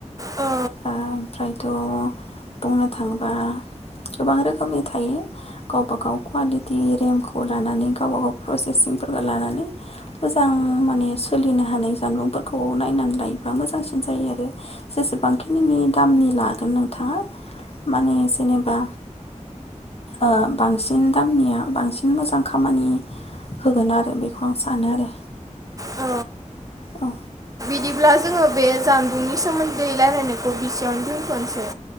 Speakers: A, on the right (about 25°); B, on the left (about 50°).
A: औ
B: ओमफ्रायथ' बुंनो थाङोबा गोबां रोखोमनि थायो गावबा गाव कुवालिटि रेमखौ लानानै गावबा गाव प्रसेसिंफोरखौ लानानै मोजां माने सोलिनो हानाय जानबुंफोरखौ नायनानै लायोबा मोजांसिन जायो आरो जेसेबांखिनिनि दामनि लागोन नोंथाङा माने जेनेबा ओ बांसिन दामनिया बांसिन मोजां खामानि होगोन आरो बेखौ आं सानो आरो
A: औ
B: औ
A: बिदिब्ला जोङो बे जानबुंनि सोमोन्दै रायलायनायखौ बेसेयावनो दोनथ'नोसै।